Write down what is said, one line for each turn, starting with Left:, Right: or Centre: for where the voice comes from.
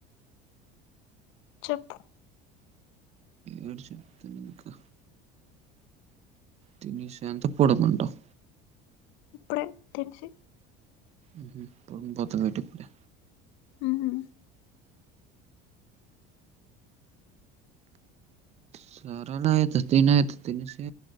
Left: చెప్పు
Right: యేటి సెప్తేనే ఇంకా తినేషంతా పడుకుంటావ్
Left: ఇప్పుడే తిన్షి
Right: ఉహు <unintelligible> ఎటిప్పుడే
Left: ఉహు
Right: సరేలె ఐతే తినైతే తినేసి